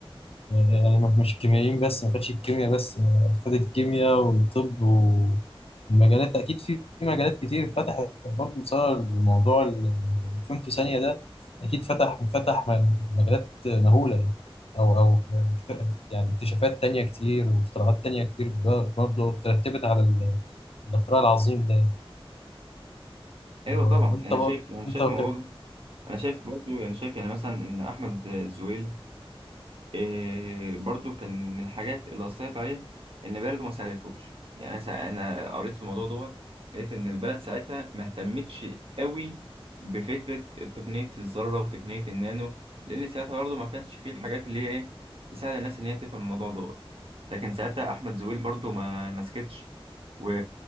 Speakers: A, on the left (about 75°); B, on the right (about 65°).
A: يعني ما- مش كيميائيين بس ما فادش الكيمياء بس فاد الكيمياء والطب والمجالات اكيد في مجالات كتير فتحت برضه بسبب الموضوع اللي فهمته ثانية ده اكيد فتح فتح م- مجالات مهولة يعني او او اكت- يعني اكتشافات تانية كتير واختراعات تانية كتير برضه ترتبت على ال- الاختراع العظيم ده
B: أيوه
A: و-
B: طبعا
A: وانت
B: أنا
A: برضه
B: شايف أنا شايف
A: انت ك-
B: الموضوع ده أنا شايف برضه أنا شايف يعني مثلا إن أحمد زويل إيه برضو كان من الحاجات اللي أثرت عليه إن بلده ما ساعدتهوش يعني أنا سا- أنا قريت في الموضوع دوت لقيت إن البلد ساعتها ما اهتمتش قوي بفكرة تقنية الذرة وتقنية النانو لأن ساعتها برضو ما كانش فيه الحاجات اللي هي إيه تساعد الناس إن هي تفهم الموضوع دوت لكن ساعتها أحمد زويل برضو ما مسكتش و-